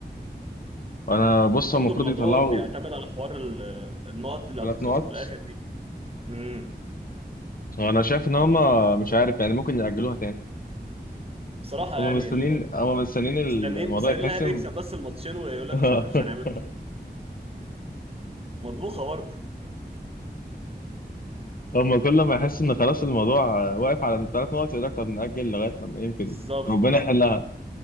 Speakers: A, on the left; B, on the right.
A: أنا بص
B: وبرضه
A: هما المفروض
B: الموضوع
A: يطلعوا
B: بيعتمد على حوار ال- النقط اللي
A: ثلاث
B: هتتخصم
A: نقط
B: في الاخر دي امم
A: أنا شايف إن هما مش عارف يعني ممكن يأجلوها تاني
B: بصراحه
A: هما
B: يعني
A: مستنيين
B: ال-
A: هما مستنيين الموضوع
B: مستنيين مستنيين
A: يتحسم
B: الاهلي يكسب بس الماتشين ويقول لك
A: <laughs>
B: مش هن... مش هنعمله مطبوخه برضه
A: هما كل ما يحس إن خلاص الموضوع واقف على الثلاث نقط يقول لك طب نأجل لغاية لما يمكن
B: بالظبط
A: ربنا يحلها